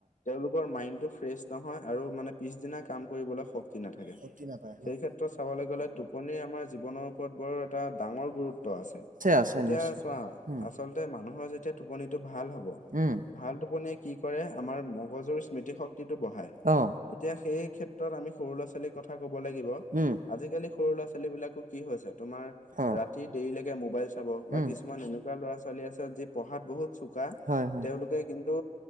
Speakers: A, on the left; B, on the right.
A: তেওঁলোকৰ মাইণ্ডটো ফ্ৰেছ নহয় আৰু মানে পিছদিনা কাম কৰিবলৈ স নাথাকে।
B: শক্তি নাপায় হয়।
A: সেই ক্ষেত্ৰত চাবলৈ গলে টোপনি আমাৰ জীৱনৰ ওপৰত বৰ এটা ডাঙৰ গুৰুত্ব আছে।
B: আছে
A: এতিয়া
B: নিশ্চয়
A: চোৱা
B: উম
A: আচলতে মানুহৰ যেতিয়া টোপনিটো ভাল হ'ব
B: উম
A: ভাল টোপনিয় কি কৰে, আমাৰ মগজুৰ স্মৃতি শক্তিটো বঢ়ায়।
B: অ
A: এতিয়া সেই ক্ষেত্ৰত আমি সৰু ল'ৰা ছোৱালীৰ কথা কব লাগিব।
B: উম
A: আজিকালি সৰু ল'ৰা ছোৱালী বিলাকক কি হৈছে। তোমাৰ
B: অ
A: ৰাতি দেৰিলৈকে মোবাইল চাব
B: উম,
A: বা কিছুমান এনে ল'ৰা ছোৱালী আছে। যি পঢ়াত বহুত চোকা
B: হয় হয়,
A: তেওঁলোকে কিন্তু